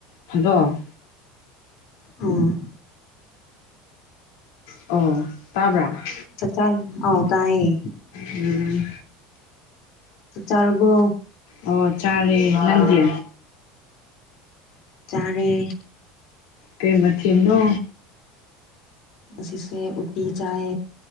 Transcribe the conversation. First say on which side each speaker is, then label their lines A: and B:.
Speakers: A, on the left; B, on the left.
A: hello
B: ꯑꯣ
A: ꯑꯣ ꯇꯥꯕ꯭ꯔꯥ
B: ꯆꯥꯛ ꯆꯥ ꯑꯥꯎ ꯇꯥꯏꯌꯦ
A: ꯎꯝ
B: ꯆꯥꯛ ꯆꯥꯔꯔꯕꯣ
A: ꯑꯣ ꯆꯥꯔꯦ ꯅꯪꯗꯤ
B: ꯆꯔꯦ
A: ꯀꯩ ꯃꯊ ꯏꯟꯅꯣ
B: ꯉꯁꯤꯁꯦ ꯎꯇꯤ ꯆꯥꯏ